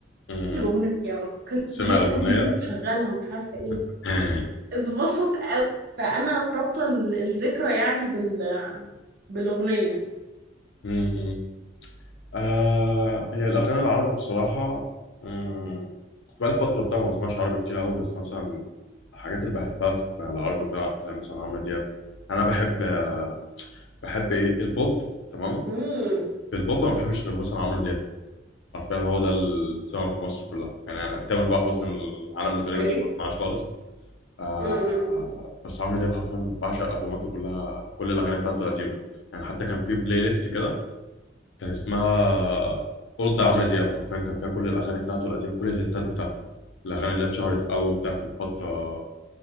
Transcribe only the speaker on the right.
في الاغنيه وكان
بيسال
مين اللي مشغلها ومش عارفه ايه
اتبسط قوي فانا رابطه ال- الذكرى يعني بال... بالاغنيه
امم
اوكي
امم